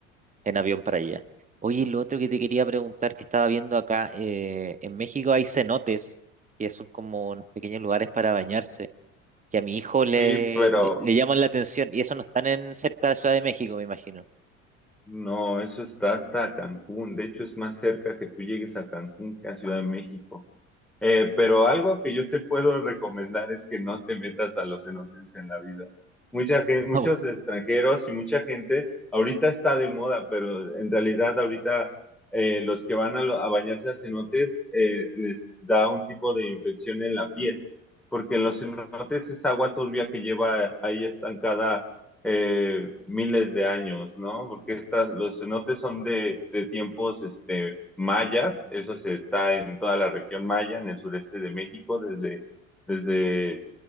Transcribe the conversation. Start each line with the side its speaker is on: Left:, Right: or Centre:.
Right: en avión para allá. Oye, lo otro que te quería preguntar, que estaba viendo acá, eh, en México hay cenotes, que son como unos pequeños lugares para bañarse, que a mi hijo le,
Centre: Sí, pero
Right: le, le llaman la atención, y eso no están en cerca de Ciudad de México, me imagino.
Centre: no, eso está hasta Cancún. De hecho, es más cerca que tú llegues a Cancún que a Ciudad de México. Eh, pero algo que yo te puedo recomendar es que no te metas a los cenotes en la vida. Mucha gente, muchos
Right: Wow.
Centre: extranjeros y mucha gente, ahorita está de moda, pero en realidad ahorita eh, los que van a, lo- a bañarse a cenotes eh, les da un tipo de infección en la piel, porque en los cenotes es agua turbia que lleva ahí estancada eh, miles de años, ¿no? Porque estas, los cenotes son de, de tiempos, este mayas, eso se está en toda la región maya, en el sureste de México, desde, desde